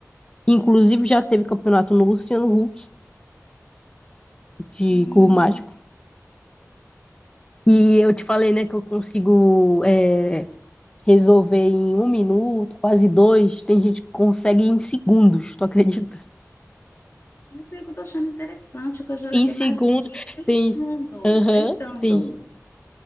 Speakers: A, on the left; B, on the left.
A: Inclusive já teve campeonato no Luciano Huck de
B: hum,
A: cubo mágico. E eu te falei, né, que eu consigo é, resolver em um minuto, quase dois. Tem gente que consegue em segundos, tu acredita? <laughs>
B: isso aí que eu tô achando interessante, que eu já levei
A: Em segundos.
B: mais de um dia tentando,
A: Tem. Aham.
B: tentando.
A: tem,